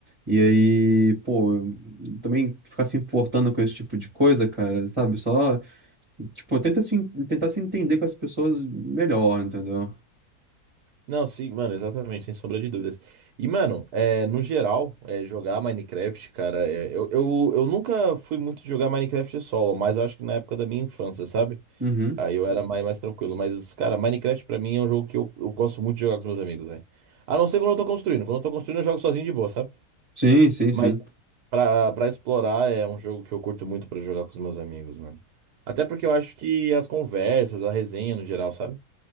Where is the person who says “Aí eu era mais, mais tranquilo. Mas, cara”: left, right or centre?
Right